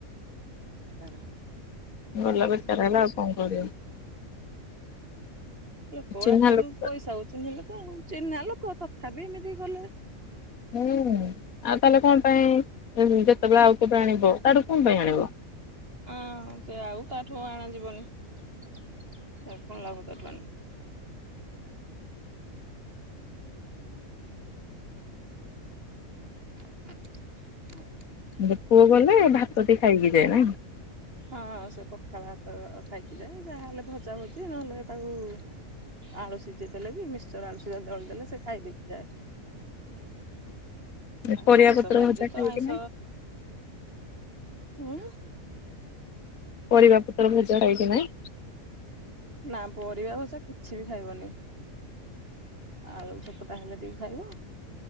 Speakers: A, on the right (about 45°); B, on the left (about 85°).
A: ବେକାରା।
B: ଗଲା ବେକାର ହେଲା ଆଉ କଣ କରିବ।
A: ଲୋକଗୁଡା
B: ଚିହ୍ନା
A: ଖାଲି
B: ଲୋକ
A: ଉମ୍ ପଇସା କୁ ଚିହ୍ନିଲେ ତ ଆଉ ଚିହ୍ନା ଲୋକ ତଥାବି ଏମିତି କଲେ।
B: ହୁଁ ଆଉ ତାହାଲେ କଣପାଇଁ ଯେତେବେଳେ ଆଉ କେବେ ଆଣିବ ତାଠୁ କଣ ପାଇଁ ଆଣିବ।
A: ଆଁ ସେ ଆଉ ତାଠୁ ଆଣା ଯିବନି ଆଉ କଣ ଲାଭ ତାଠୁ ଆଣିବୁ। <inaudible> <unintelligible>
B: ଯେ ପୁଅ ଗଲେ ଭାତଟି ଖାଇକି ଯାଏ ନା କି?
A: ହଁ ସେ ପଖାଳ ଭାତ ଖାଇକି ଯାଏ ଯାହାହେଲେ ଭଜା ଭଜି ନହଲେ ତାକୁ। ଆଳୁ ସିଜେଇ ଦେଲେ ବି ମିକ୍ସଚର ଆଳୁ ସିଜା ଦଳିଦେଲେ ସେ ଖାଇଦେଇକି ଯାଏ।
B: ଏ
A: ଆଉ
B: ପରିବାପତ୍ର
A: ଆଇଁଷ ବାରିରେ
B: ଭଜା
A: ତ
B: ଖାଏ
A: ଆଇଁଷ
B: କି ନାଇଁ?
A: ଉଁ
B: ପରିବା ପତ୍ର ଭଜା ଖାଏ କି ନାଇଁ?
A: ନାଁ ପରିବା ଭଜା କିଛି ବି ଖାଇବନି। ଆଳୁ ଚକଟା ହେଲେ ଟିକେ ଖାଇବ।